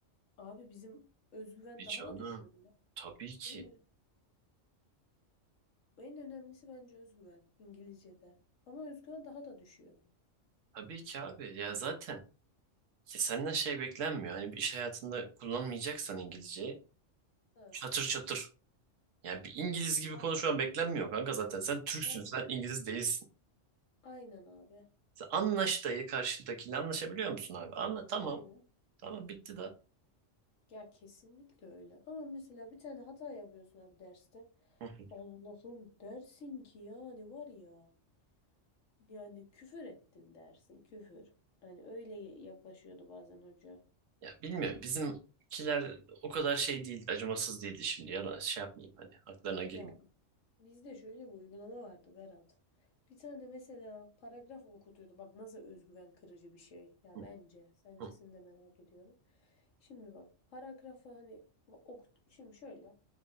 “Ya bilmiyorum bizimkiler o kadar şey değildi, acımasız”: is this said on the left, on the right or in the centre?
Right